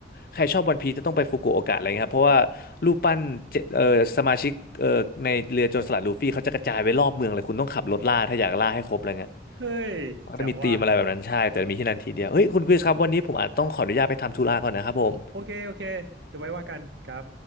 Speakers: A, on the left; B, on the right.
A: ใครชอบวันพีจะต้องไปฟุกุโอกะอะไรเงี้ยครับเพราะว่ารูปปั้นเจเออสมาชิกเออในเรือโจรสลัดลูฟี่เขาจะกระจายไปรอบเมืองเลยคุณต้องขับรถล่าถ้าอยากล่าให้ครบอะไรเงี้ย
B: เฮ้ยแจ๋วว่ะ
A: มันก็จะมีธีมอะไรแบบนั้นใช่แต่มีที่นั่นทีเดียวเฮ้ยคุณคริสครับวันนี้ผมอาจต้องขออนุญาตไปทำธุระก่อนนะครับผม
B: โอเคโอเคเดี๋ยวไว้ว่ากันครับ